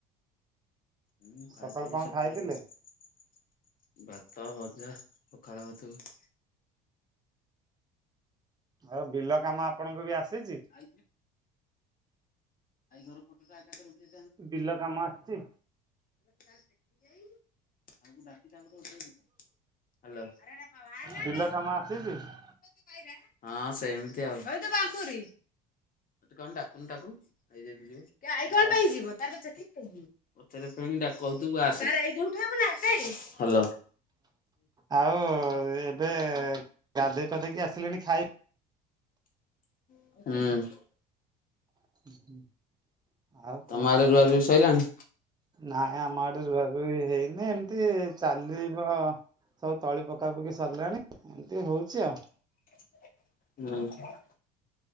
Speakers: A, on the left (about 45°); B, on the right (about 20°).
A: ମୁଁ ଖାଇଥିଲି
B: ସକାଳୁ କଣ
A: ସକାଳ
B: ଖାଇଥିଲେ?
A: କୁ ଭାତ ଭଜା ପଖାଳ ଭାତକୁ।
B: ଆଉ ବିଲ କାମ ଆପଣଙ୍କୁ ବି ଆସିଛି।
A: ଆ ଆଈ ଘର ଫୋଟ ତ ଆକା ରେଇ
B: ବିଲ କାମ ଆସିଚି?
A: <unintelligible> ହାଲୋ।
B: ବିଲ <unintelligible>
A: ହଁ ସେମିତି ଆଉ ହେଟି କଣ ଡାକୁନୁ ତାକୁ। ଆଇ ଯଦି ଯିବ କି ଆଇ କଣ
B: ଆଉ
A: ପାଇଁ ଯିବ ତାର ତ ଚେକିଙ୍ଗି ହେଇଚି। ପଚାରେ ଫେଣି ଡା କହୁଥିବୁ ଆସେ ତାର ଏଇଠି ଉଠେଇବୁ ନାଁ ହେଠେଇ ହାଲୋ।
B: ଆଉ ଏବେ ଗାଧେଇ ପାଧେଇକି ଆସିଲେଣି ଖାଇ
A: ହୁଁ।
B: ହୁଁ ହୁଁ ଆଉ
A: ତମ
B: କଣ
A: ଆଡେ
B: ଖବର?
A: ରୁଆ ରୁଇ ସଇଲାଣି?
B: ନାଇଁ ଆମ ଆଡେ ରୁଆ ରୁଇ ହେଇନି ଏମିତି ଚାଲିବ ସବୁ ତଳି ପକା ପକି ସରିଲାଣି ଏମିତି ହଉଛି ଆଉ।
A: <unintelligible>